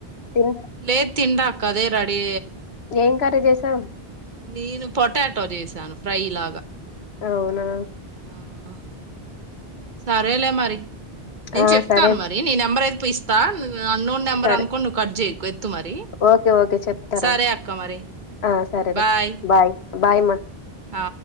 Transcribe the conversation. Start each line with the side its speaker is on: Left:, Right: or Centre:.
Left: తిన్
Right: లే తిండా కదే రడి
Left: ఏం కర్రీ చేస త
Right: నేను పొటాటో చేసాను ఫ్రై లాగా
Left: అవునా
Right: ఆ సరేలే మరి నేను
Left: ఆ
Right: చెప్తాను
Left: సరే
Right: మరి నీ నెంబర్ అయితే ప ఇస్తా అన్నోన్ నెంబర్
Left: సరే
Right: అనుకోండి నువ్వు కట్ చేయ ఎత్తు మరి
Left: ఓకే ఓకే చెప్తారా
Right: సరే అక్క మరి
Left: ఆ సరేరా
Right: బాయ్
Left: బాయ్ మా
Right: ఆ